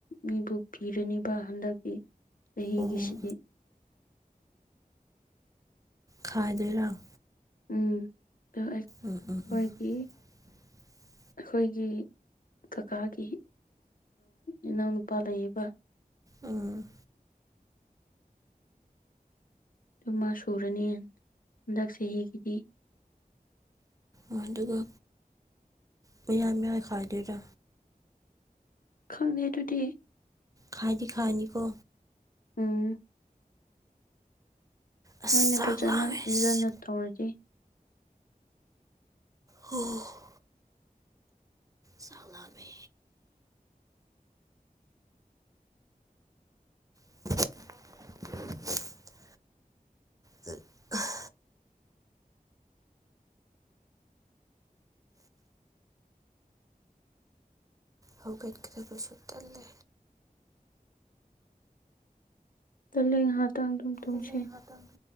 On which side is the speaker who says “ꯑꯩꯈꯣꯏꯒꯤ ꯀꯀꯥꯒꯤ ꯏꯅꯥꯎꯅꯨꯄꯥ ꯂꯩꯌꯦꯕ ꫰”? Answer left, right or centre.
Left